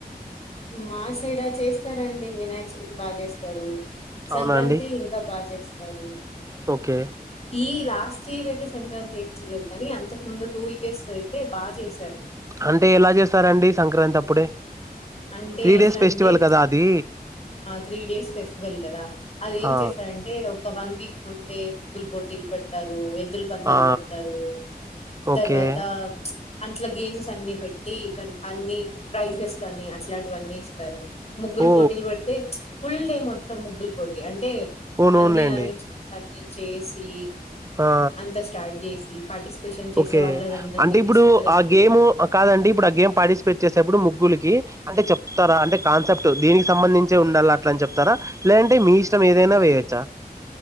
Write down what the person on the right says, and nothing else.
అవునా అండి
ఓకే
అంటే ఎలా చేస్తారండి సంక్రాంతి అప్పుడే
త్రీ
డేస్ ఫెస్టివల్
కదా అది
ఆ
ఆ
ఓకే
ఓ
ఓనవునులేండి
ఆ
ఓకే
అంటే ఇప్పుడు
ఆ
గేమ్ కాదండి ఇప్పుడు ఆ గేమ్ పార్టిసిపేట్ చేసేప్పుడు ముగ్గులకి అంటే చెప్తారా అంటే కాన్సెప్ట్ దేని సంబంధించే ఉండాలి అట్లా అని చెప్పి చెప్తారా లేదంటే మీ ఇష్టం ఏదైనా వేయొచ్చా